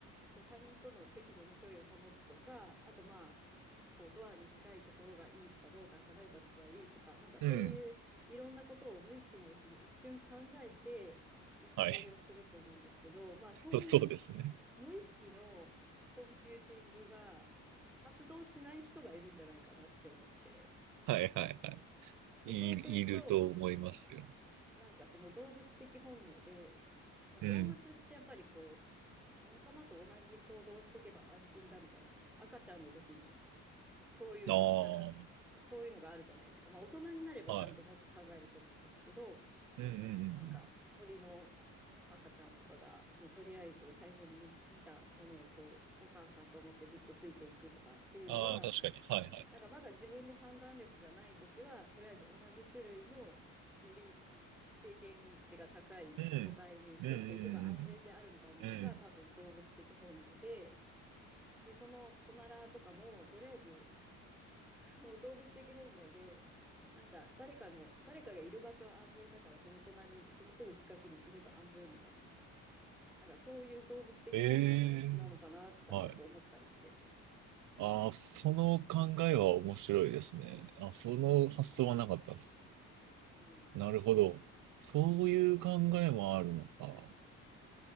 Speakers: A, in the centre; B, on the right.
A: こう他人との適度な距離を保つとか、あとまあ、に近いところがいいとか、道から離れたところがいいとか、なんかそういういろんなことを無意識のうちに一瞬考えて位置取りをすると思うんですけど、
B: うん、はい。
A: まあそういう
B: <laughs> そう、そうですね。
A: 無意識のコンピューティングが発動しない人がいるんじゃないかなって思って。
B: はい、はい、はい。
A: で、
B: い、
A: そうすると、
B: いると思いますよ。
A: なんかその動物的本能で、まあ、動物ってやっぱりこ
B: うん。
A: う、仲間と同じ行動をしとけば安心だみたいな、赤ちゃんの時にそういう、
B: ああ、
A: なんか、そういうのがあるじゃないですか。まあ、大人になればちゃんともっと考えると思うんですけど、
B: はい。うんうんうんうん。
A: なんか、鳥の赤ちゃんとかが、もうとりあえず最初に見、見たものをこう、お母さんと思ってずっとついていくとかっていうのは、
B: ああ、確かに。はい、はい。
A: なんかまだ自分で判断力がないときは、とりあえず同じ種類の、より経験値が高い個体についていけば安全であるみたいなのが多分動物的本能で、
B: うん。うんうんうんうん。うん。
A: で、そのトナラとかも、とりあえずもう動物的本能で、なんか誰かの、誰かがいる場所は安全だから、その隣、そのすぐ近くにいれば安全みたいな。なんかそういう動物的本能なのかなとかちょっと思ったりして。
B: ええはい。ああ、その考えは面白いですね。あ、その発想はなかったです。
A: うん。
B: なるほど。そういう考えもあるのか。